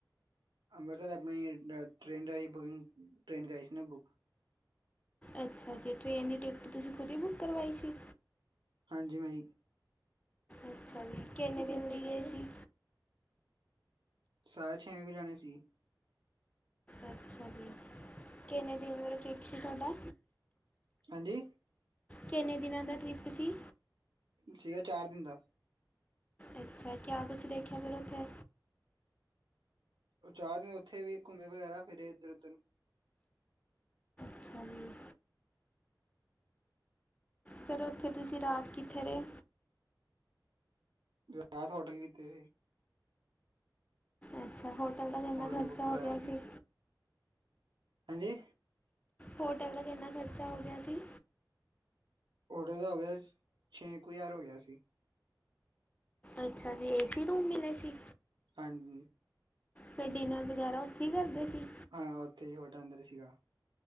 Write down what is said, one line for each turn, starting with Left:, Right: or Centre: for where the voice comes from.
Right: ਅੰਬਰਸਰ ਆਪਣੀ ਟ੍ਰੇਨ ਰਾਹੀਂ ਬੁਕਿੰਗ ਟ੍ਰੇਨ ਕਰਾਹੀ ਸੀ ਨਾ ਬੁੱਕ
Left: ਅੱਛਾ ਜੀ ਟ੍ਰੇਨ ਦੀ ਟਿਕਟ ਤੁਸੀਂ ਖੁਦ ਹੀ ਬੁੱਕ ਕਰਵਾਈ ਸੀ
Right: ਹਾਂਜੀ ਮੈੰ ਹੀ
Left: ਅੱਛਾ ਜੀ ਕਿੰਨੇ ਦਿਨ ਲਈ ਗਏ ਸੀ
Right: ਸਾਰੇ ਛੇ ਕ ਜਾਣੇ ਸੀ
Left: ਅੱਛਾ ਜੀ ਕਿੰਨੇ ਦਿਨ ਬਾਰੇ ਟ੍ਰਿਪ ਸੀ ਤੁਹਾਡਾ
Right: ਹਾਂਜੀ
Left: ਕਿੰਨੇ ਦਿਨਾਂ ਦਾ ਟ੍ਰਿਪ ਸੀ
Right: ਸੀਗਾ ਚਾਰ ਦਿਨ ਦਾ
Left: ਅੱਛਾ ਕਿਆ ਕੁਛ ਦੇਖਿਆ ਫਿਰ ਉੱਥੇ
Right: ਉਹ ਚਾਰ ਦਿਨੇ ਉੱਥੇ ਵੀ ਘੁੰਮੇ ਵਗੈਰਾ ਫਿਰੇ ਇੱਧਰ ਉੱਧਰ
Left: ਅੱਛਾ ਜੀ- ਫੇਰ ਉੱਥੇ ਤੁਸੀਂ ਰਾਤ ਕਿੱਥੇ ਰਹੇ
Right: ਜਦਾ ਹੋਟਲੀ ਤੇ
Left: ਅੱਛਾ ਹੋਟਲ ਦਾ ਕਿੰਨਾ
Right: ਹੋਟਲ
Left: ਖਰਚਾ
Right: ਬੁੱਕ ਕਰਾਇਆ
Left: ਹੋ ਗਿਆ ਸੀ।
Right: ਹਾਂਜੀ
Left: ਹੋਟਲ ਦਾ ਕਿੰਨਾ ਖ਼ਰਚਾ ਹੋ ਗਿਆ ਸੀ।
Right: ਔਡੋ ਦਾ ਹੋ ਗਿਆ ਛੇ ਕੁ ਹਜ਼ਾਰ ਹੋ ਗਿਆ ਸੀ।
Left: ਅੱਛਾ ਜੀ ਏ ਸੀ ਰੂਮ ਮਿਲੇ ਸੀ।
Right: ਹਾਂਜੀ
Left: ਤੇ ਡਿਨਰ ਵਗੈਰਾ ਉੱਥੇ ਹੀ ਕਰਦੇ ਸੀ।
Right: ਹਾਂ ਉੱਥੇ ਹੀ ਹੋਟਲ ਅੰਦਰ ਸੀਗਾ